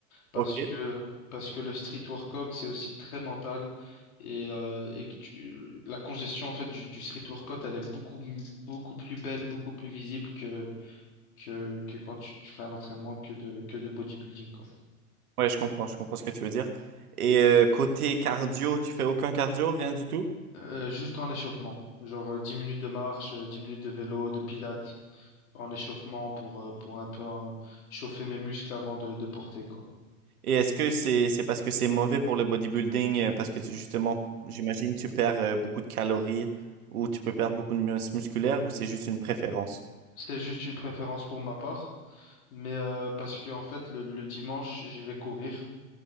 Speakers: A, on the left; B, on the right.
A: parce
B: Ok.
A: que, parce que le street workout, c'est aussi très mental et, euh, et que tu- la congestion, en fait, du, du street workout, elle est beaucoup, beaucoup plus belle, beaucoup plus visible que, que quand tu, tu fais un entraînement que de, que de bodybuilding, quoi.
B: Ouais, je comprends, je comprends ce que tu veux dire. Et euh, côté cardio, tu fais aucun cardio, rien du tout?
A: Euh, juste en échauffement, genre euh, 10 minutes de marche, euh, 10 minutes de vélo, de pilates, en échauffement pour, euh, pour un peu euh, chauffer mes muscles avant de, de porter, quoi.
B: Et est-ce que c'est, c'est parce que c'est mauvais pour le bodybuilding, euh, parce que tu- justement, j'imagine, tu perds euh, beaucoup de calories ou tu peux perdre beaucoup de masse musculaire ou c'est juste une préférence?
A: C'est juste une préférence pour ma part, mais euh, parce que en fait, le, le dimanche, je vais courir.